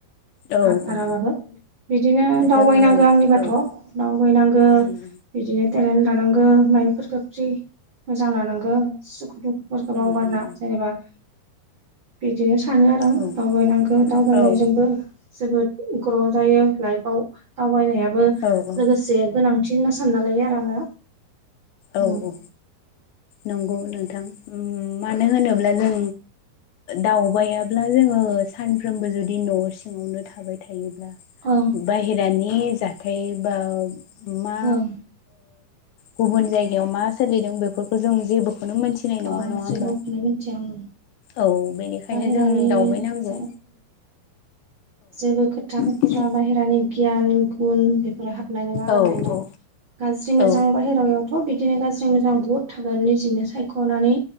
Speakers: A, on the left (about 80°); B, on the right (about 75°).
A: औ
B: हाथथाराबाबो
A: औ
B: बिदिनो दावबायनांगौ
A: जोङो
B: आंनिबाथ'
A: औ उम
B: दावबायनांगौ
A: उम
B: बिदिनो टेलेन्ट लानांगौ माइन्न्दफोरखौ फ्रि मोजां लानांगौ सुखु दुखुफोरखौ
A: उम
B: बावगारना
A: उम
B: जेनेबा बिदिनो सानो आरो आं
A: उम
B: दावबायनांगौ दावबायनायजोंबो
A: औ औ
B: जोबोद ग्र' जायो लाइफआव दावबायनायाबो
A: औ औ
B: लोगोसे गोनांथि होनना सानना लायो आरो आङो
A: औ
B: ओं
A: औ नंगौ नोंथां मानो होनोब्ला जों दावबायाब्ला जोङो सानफ्रोमबो जुदि न' सिङावनो थाबाय थायोब्ला
B: औ
A: बाहेरानि जाथाय बा मा
B: ओं
A: गुबुन जायगायाव मा सोलिदों बेफोरखौ जों जेबोखौनो मोनथिनाय नङा
B: ओं अ
A: होमबा
B: जेबोखौनो मिथिया आं
A: औ बेनिखायनो
B: बाहेरानि
A: जों दावउबायनांगौ
B: जा जेबो खोथा बोाथ्रा
A: बिदि
B: बाहेरानि गियान गुन बेफोर हाब हनाय नङा आरो
A: औ
B: माइन्दाव
A: औ
B: गाज्रि मोजां
A: औ
B: बाहहेरायावयावथ' बिदि बिदिनो गाज्रि मोजां बुहुत थाखायो निजिनो सायखनानै